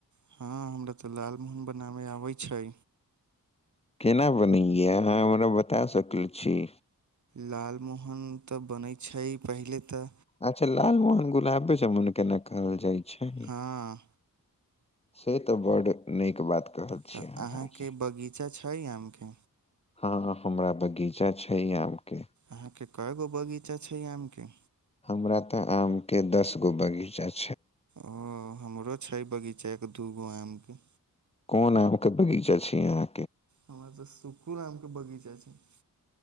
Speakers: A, on the right; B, on the left.
A: हँ हमरा तऽ लाल मोहन ब नामे आबै छै
B: केना बनें या अहाँ हमरा बता सक कल्ष <unintelligible>
A: लालमोहन तऽ बनै छै पहिले तऽ
B: अच्छा लालमोहन गुलाबे जामुन के ने कहल जाइ छै छैी
A: हँ
B: से तऽ बड्ड नीक बात कहल छीियै
A: तऽ
B: अहाँ
A: अहाँके
B: भायजी
A: बगीचा छै आमके
B: हँ हमरा बगीचा छै आम के
A: अहाँके कय गो बगीचा छै आमके
B: हमरा ते आम के दस गो बगीचा छै
A: ओ हमरो छै बगीचे के क दू गो आमके
B: कोन आम के बगीचा छै यहाँ
A: हमर तऽ सुखुर आमके बगीचा छै <unintelligible>